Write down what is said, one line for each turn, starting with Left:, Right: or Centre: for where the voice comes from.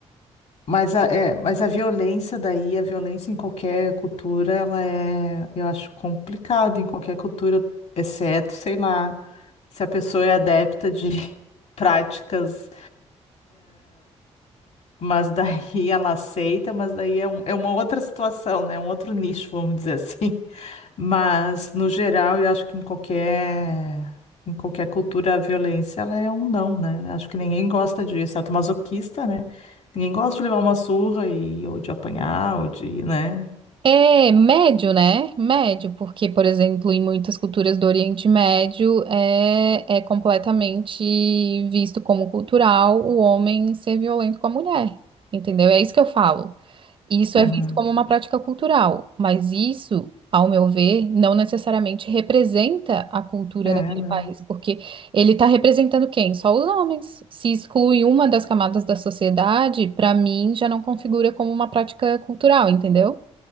Left: mas a, é, mas a violência daí, a violência em qualquer cultura, ela é, eu acho, complicado em qualquer cultura, exceto, sei lá, se a pessoa é adepta de <laughs> práticas Mas daí <laughs> ela aceita, mas daí é, um- é uma outra situação, né? Um outro nicho, vamos dizer assim. Mas, no geral, eu acho que em qualquer, em qualquer cultura, a violência, ela é um não, né? Acho que ninguém gosta de, exceto masoquista, né? Ninguém gosta de levar uma surra e, ou de apanhar, ou de, né?
Right: É médio, né? Médio, porque, por exemplo, em muitas culturas do Oriente Médio é, é completamente visto como cultural o homem ser violento com a mulher, entendeu? É isso que eu falo. Isso
Left: Aham.
Right: é visto como uma prática cultural, mas isso, ao meu ver, não necessariamente representa a cultura
Left: É,
Right: naquele
Left: não.
Right: país, porque ele está representando quem? Só os homens. Se exclui uma das camadas da sociedade, para mim já não configura como uma prática cultural, entendeu?